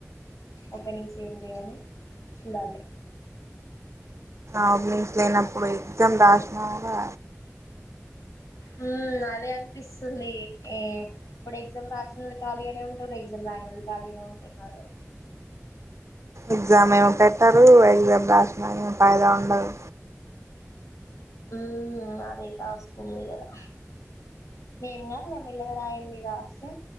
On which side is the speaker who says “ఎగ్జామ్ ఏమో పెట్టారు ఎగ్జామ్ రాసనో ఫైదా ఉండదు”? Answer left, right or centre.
Right